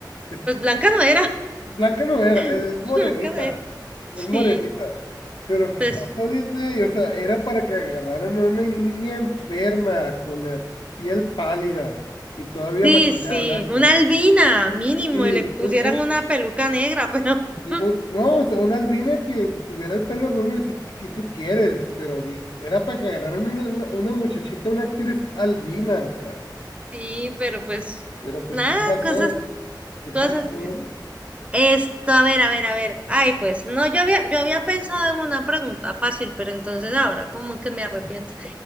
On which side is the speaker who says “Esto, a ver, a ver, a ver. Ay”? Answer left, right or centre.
Right